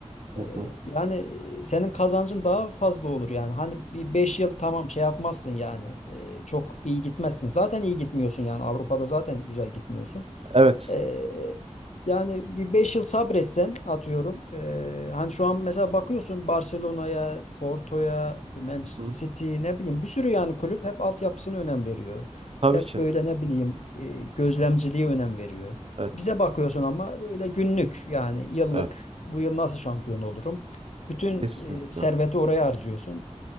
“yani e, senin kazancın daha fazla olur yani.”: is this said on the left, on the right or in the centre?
Left